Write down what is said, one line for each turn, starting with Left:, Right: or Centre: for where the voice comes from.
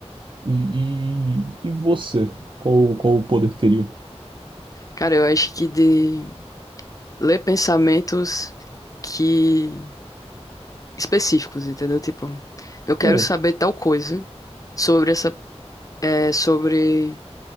Right: e, e, e você? Qual, qual o poder teria?
Left: Cara, eu acho que de ler pensamentos que específicos, entendeu? Tipo, eu quero
Right: Ah,
Left: saber tal coisa sobre essa, é, sobre